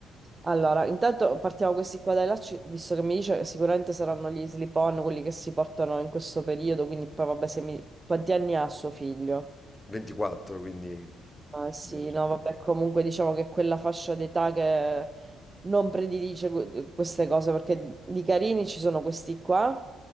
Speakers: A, on the right; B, on the left.
A: Allora, intanto partiamo questi qua dai lacci, visto che mi dice che sicuramente saranno gli slip-on quelli che si portano in questo periodo, quindi poi vabbè, se mi... quanti anni ha suo figlio?
B: 24, quindi
A: Ah, sì,
B: immagino.
A: no, vabbè, comunque diciamo che quella fascia d'età che non predilige que- queste cose, perché di carini ci sono questi qua